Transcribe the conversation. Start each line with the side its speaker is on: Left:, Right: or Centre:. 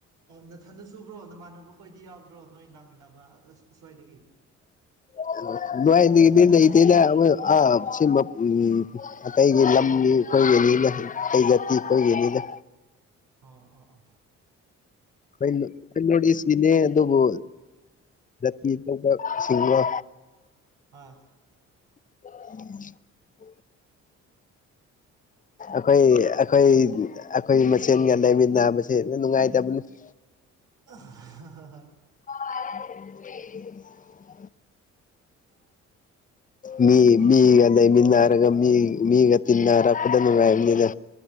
Right: ꯅꯊꯟꯗ ꯁꯨꯕ꯭ꯔꯣ ꯅꯃꯥꯟꯅꯕꯈꯣꯏꯗꯤ ꯌꯥꯎꯗ꯭ꯔꯣ ꯅꯣꯏ ꯂꯥꯛꯃꯤꯟꯅꯕ ꯑꯁ ꯑꯁ꯭ꯋꯥꯏꯗꯒꯤ
Left: ꯑꯣ ꯅꯨꯡꯉꯥꯏꯗꯤ ꯂꯩꯇꯦꯅꯦ ꯑ ꯁꯤ ꯎ ꯑꯇꯩꯒꯤ ꯂꯝ ꯑꯩꯈꯣꯏꯒꯤꯅꯤꯅ ꯑꯩ ꯖꯥꯇꯤ ꯑꯩꯈꯣꯏꯒꯤꯅꯤꯅ
Right: ꯑ ꯑꯥ ꯑ
Left: ꯑꯩꯈꯅꯣ ꯁꯤꯅꯦ ꯑꯗꯨꯕꯨ ꯇ ꯁꯤꯁꯤꯡꯒ
Right: ꯍꯥꯣꯏ
Left: <inaudible> ꯑꯩꯈꯣꯏ ꯑꯩꯈꯣꯏ ꯑꯩꯈꯣꯏ ꯃꯁꯦꯟꯒ ꯂꯩꯃꯤꯟꯅꯕꯁꯦ ꯅꯨꯡꯉꯥꯏꯇꯕꯅꯤ <inaudible>
Right: ꯍ ꯍꯣꯏ
Left: ꯑ ꯃꯤ ꯃꯤꯒ ꯂꯩꯃꯤꯟꯅꯔꯒ ꯃꯤ ꯃꯤꯒ ꯇꯤꯟꯅꯔꯛꯄꯗ ꯅꯨꯡꯉꯥꯏꯕꯅꯤꯅ